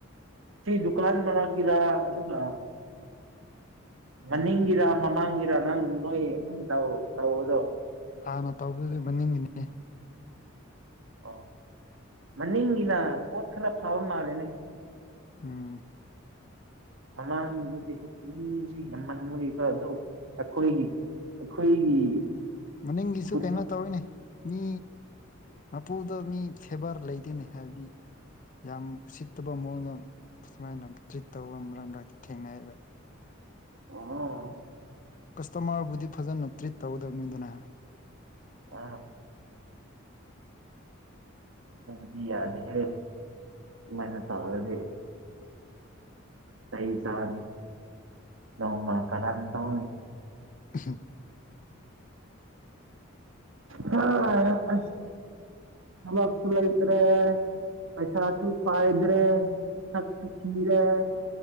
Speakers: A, on the right; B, on the left.
A: ꯁꯤ ꯗꯨꯀ꯭ꯂꯥꯟ ꯃꯒꯤꯔ ꯑꯗꯨꯒ ꯃꯅꯤꯡꯒꯤꯔꯥ ꯃꯃꯥꯡꯒꯤꯔꯥ ꯅꯪ ꯅꯣꯏ ꯑꯗꯨꯝ ꯇꯧꯗꯣ
B: ꯑ ꯅ ꯇꯧꯕꯗꯨꯗꯤ ꯅꯤꯡꯉꯅꯦ
A: ꯑꯣ ꯃꯅꯤꯡꯒꯤꯅ ꯄꯣꯠ ꯈꯔ ꯐꯕ ꯃꯥꯜꯂꯦꯅꯦ
B: ꯑꯝ
A: ꯃꯃꯥꯡꯉꯗꯗꯤ ꯃꯤꯁꯨ ꯌꯥꯝꯃꯟꯉꯀꯣ ꯑꯗꯨ ꯑꯩꯈꯣꯏꯒꯤ ꯑꯩꯈꯣꯏꯒꯤ
B: ꯃꯅꯤꯡꯒꯤꯁꯨ
A: ꯈꯨꯟ
B: ꯀꯩꯅꯣ ꯇꯧꯔꯤꯅꯦ ꯃꯤ ꯃꯄꯨꯗ ꯃꯤ ꯐꯦꯕꯔ ꯂꯩꯗꯅꯤ ꯍꯥꯏꯕꯗꯤ ꯌꯥꯝ ꯎꯁꯤꯠꯇꯕ ꯃꯑꯣꯡꯗ ꯁꯨꯃꯥꯏꯅ ꯇ꯭ꯔꯤꯠ ꯇꯧꯕ ꯃꯔꯛ ꯃꯔꯛꯇ ꯊꯦꯡꯅꯩꯌꯦꯕ
A: ꯑꯣ
B: ꯇꯃꯕꯨꯗꯤ ꯐꯖꯅ ꯇ꯭ꯔꯤꯠ ꯇꯧꯒꯗꯕꯅꯤꯗꯅ ꯍꯥꯏ
A: ꯑ ꯑꯗꯨꯗꯤ ꯌꯥꯗꯦꯍꯦ ꯑꯗꯨꯃꯥꯏꯅ ꯇꯥꯔꯗꯤ ꯇꯩ ꯆꯅꯤ ꯅꯃ ꯀꯔ ꯇꯧꯅꯤ
B: <unintelligible>
A: ꯍ ꯑ ꯊꯃꯞꯁꯨꯂꯥꯏꯇ꯭ꯔꯦ ꯄꯩꯁꯥꯁꯨ ꯄꯥꯏꯗ꯭ꯔꯦ ꯁꯛꯁꯨ ꯀꯤꯔꯦ